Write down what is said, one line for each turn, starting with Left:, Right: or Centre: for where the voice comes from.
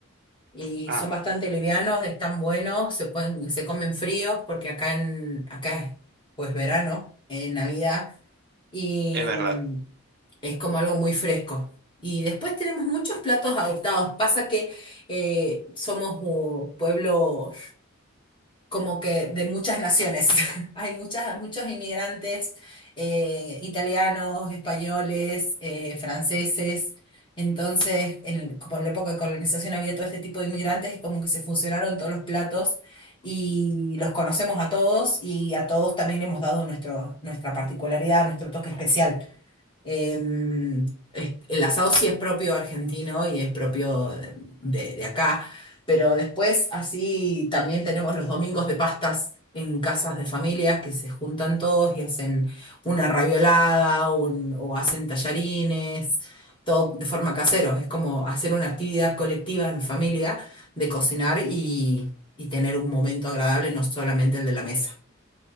Left: Y
Right: Ah,
Left: son bastante livianos, están buenos, se pueden, se comen fríos, porque acá en, acá es pues verano, eh, Navidad, y
Right: es verdad.
Left: mm, es como algo muy fresco. Y después tenemos muchos platos adoptados. Pasa que eh, somos uh, pueblo como que de muchas naciones. <laughs> Hay muchas, muchos inmigrantes eh, italianos, españoles, eh, franceses. Entonces, en, como en la época de colonización había todo este tipo de inmigrantes, como que se fusionaron todos los platos y los conocemos a todos y a todos también le hemos dado nuestro, nuestra particularidad, nuestro toque especial. Eh, es- el asado sí es propio argentino y es propio de, de- acá, pero después así también tenemos los domingos de pastas en casas de familias que se juntan todos y hacen una raviolada un- o hacen tallarines, todo de forma casero. Es como hacer una actividad colectiva en familia de cocinar y, y tener un momento agradable, no solamente el de la mesa.